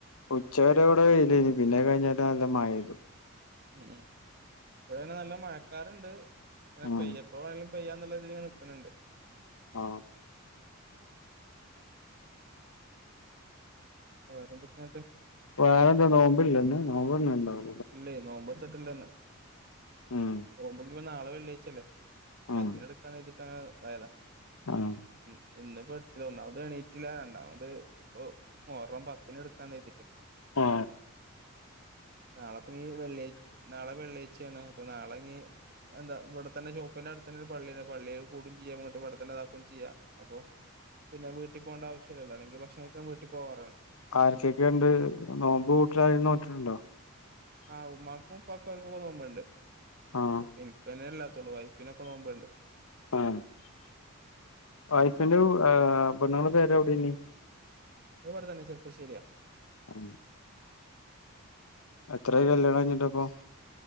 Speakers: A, on the left; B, on the right.
A: ഉച്ചകരെവിടെ കയ്യിലന് പിന്നെ കഴിഞ്ഞാല നല്ല മരുന്നു
B: ഉ ഉ ഇവിടെങ്ങനെ നല്ല മഴക്കാറണ്ട് അങ്ങനെ
A: ആഹ്
B: പെയ്യ എപ്പോ വേണിലും ചെയ്യാ എന്നുള്ള രതിൽ നിക്കുന്നുണ്ട്
A: ആ
B: വേറെന്തൊക്കെയാക്കെ
A: ഇപ്പ വറെന്താ നോമ്പില്ലന്നെ നോമ്പന്നണ്ടാവോ
B: ഇല്ലേ നോമ്പർത്തിട്ടല്ലേന്ന്
A: ഉം
B: ഓ്പക്ക ഇ നാളെ വെള്ളിയാഴച്ചല്ലേ
A: ഉം
B: പത്തിന് എടുക്കാ എഴ്തിട്ട അങ്ങനെ അതായതാ
A: ആഹ്
B: ഉ ഇന്നിപ്പോ എടുത്തി ഒന്നാമത് എണീട്ടില്ല രണ്ടാമത് ഇപ്പ മോർം പത്തിന് എടുക്കാ തഴ്തിട്ട്
A: ആ
B: നാളെപ്പ ഇ വെള്ളിയ് നാളെള്ളിയാഴ്ചയാണ് അപ്പൊ നാളെ ഇ എന്താ ഇവിടെ തന്നെ ഷോപ്പിന്റെ അടുത്തന്ന ഒരു പള്ളിയ പള്ളികൽ കൂടും ചെയ്യാ ഇങ്ങോട്ട് ഇവിടെന്നെ ഇതാക്കും ചെയ്യാ അപ്പൊ പിന്നെ വീട്ടിൽ പോകേണ്ട ആവശ്യമല്ലല്ലോ അല്ലെങ്കിൽ ഭക്ഷണ ഒക്കാൻ വീട്ടിൽ പോവാറാണ്
A: ആർക്കൊക്കെ ഉണ്ട് നോമ്പ് വിട്ടില രൂ നോറ്റിട്ടുണ്ടോ
B: ആഹ് ഉമ്മാക്കും ഉപ്പാക്കുംക്ക തോ്പണ്ട്
A: ആഹ്
B: ഇനിന്നെല്ലാ വൈഫിനൊക്കെ നോുമ്പണ്ട്
A: ആ വൈഫിന്റെ ബണങ്ങളുടെ പേര് എവിടന്ന
B: വിടെ തന്നെ ചെറുപ്പളാശരിയാ
A: <unintelligible> എത്ര കല്യാണം കഞ്ഞിട്ടപ്പൊ